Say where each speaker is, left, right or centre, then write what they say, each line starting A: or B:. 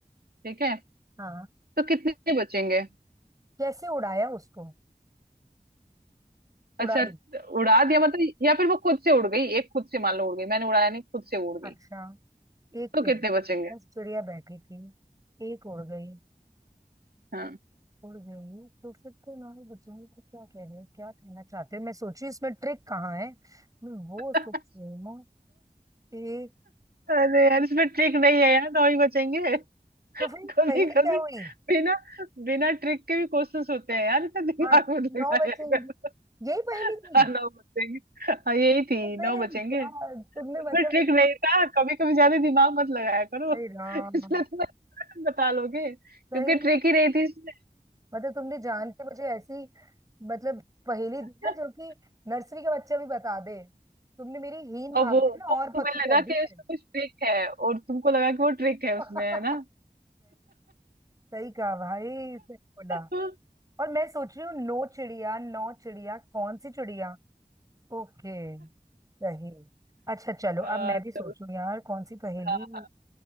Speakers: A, on the right; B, on the right.
A: ठीक है
B: हाँ
A: तो कितने बचेंगे
B: कैसे उड़ाया उसको उड़ा
A: अच्छा
B: दी
A: उड़ा दिया मतलब या फिर वो खुद से उड़ गई एक खुद से मान लो उड़ गई मैंने उड़ाया नहीं खुद से उड़ गई
B: अच्छा एक
A: तो
B: पेड़
A: कितने
B: पे
A: बचेंगे
B: दस चिड़िया बैठी थी एक उड़ गई
A: हाँ
B: उड़ गई तो फिर तो हमारे बच्चों को क्या कह रहे हैं क्या कहना चाहते हैं मैं सोची इसमें ट्रिक कहाँ है मैं वो
A: <laughs>
B: सोच रही हूँ एक
A: अरे यार इसमें ट्रिक नहीं है यार नौ ही बचेंगे <laughs>
B: तो फिर
A: कभी
B: पहेली
A: कभी
B: क्या हुई
A: बिना बिना ट्रिक के भी क्वेश्चंस होते हैं यार इतना दिमाग
B: हाँ
A: मत
B: नौ
A: लगाया
B: बचेंगी
A: कर
B: यही पहेली
A: <laughs>
B: थी
A: हाँ नौ बचेंगे हाँ यही थी
B: अबे
A: नौ बचेंगे
B: यार तुमने
A: उसमें
B: मतलब
A: ट्रिक
B: उनको
A: नहीं था कभी कभी ज्यादा दिमाग मत लगाया करो
B: अरे राम
A: <laughs> इसलिए तो मैं बता लोगे क्योंकि
B: सही में
A: ट्रिक ही नहीं थी इसमें
B: मतलब तुमने जान के मुझे ऐसी मतलब पहेली दी
A: <laughs>
B: है जो कि नर्सरी के बच्चे भी बता दे तुमने मेरी हीन भावना
A: और वो वो
B: ना और
A: तुम्हें
B: पक्की
A: लगा
B: कर
A: कि
B: दी है
A: उसमें कुछ ट्रिक है और तुमको लगा कि वो ट्रिक है
B: सही
A: उसमें है ना
B: सही कहा भाई सही बोला
A: तो,
B: और मैं सोच रही हूँ नो चिड़िया नौ चिड़िया कौन सी चिड़िया ओके सही अच्छा चलो
A: आ,
B: अब मैं
A: चलो
B: भी सोचूं यार कौन सी पहेली
A: हाँ